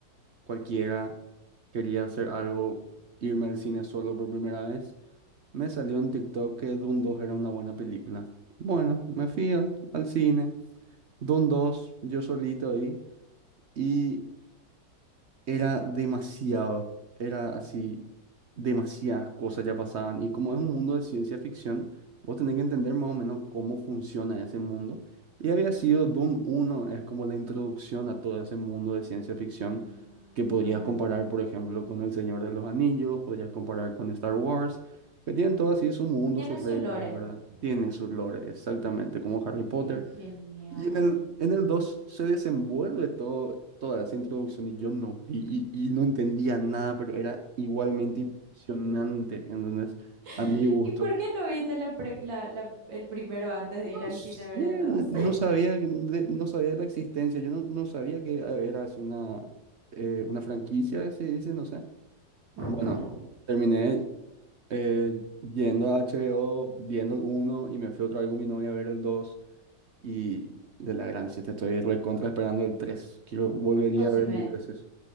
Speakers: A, on the right; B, on the right.
A: cualquiera, quería hacer algo, irme al cine solo por primera vez, me salió en TikTok que Dune 2 era una buena película. Bueno, me fui al, al cine, Dune 2, yo solito ahí, y era demasiado, era así, demasiadas cosas ya pasaban. Y como es un mundo de ciencia ficción, vos tenés que entender más o menos cómo funciona ese mundo. Y había sido Doom uno es como la introducción a todo ese mundo de ciencia ficción
B: Ah,
A: que podrías
B: claro.
A: comparar, por ejemplo, con El Señor de los Anillos, podrías comparar con Star Wars, que tienen todo así su mundo,
B: Tiene
A: sus
B: su
A: reglas,
B: lore.
A: ¿verdad? Tiene sus lores,
B: Ujú.
A: exactamente, como Harry Potter.
B: Qué genial.
A: Y en el, en el 2 se desenvuelve todo, toda esa introducción y yo no vi y, y no entendía nada, pero era igualmente impresionante, entonces,
B: <laughs>
A: a mi gusto.
B: ¿Y por qué no viste la pre- la- la- el primero antes
A: No
B: de ir al
A: sé,
B: cine a ver el 2?
A: n- no sabía, que- de- no sabía de la existencia, yo no, no sabía que era así una, eh, una franquicia, se dice, no sé.
B: <laughs>
A: Bueno, terminé eh, yendo a HBO, viendo el uno y me fui otra vez con mi novia a ver el dos Y de la gran siete estoy recontra
B: Oh,
A: esperando el tres Quiero, volvería
B: No, si
A: a ver
B: me,
A: mil veces.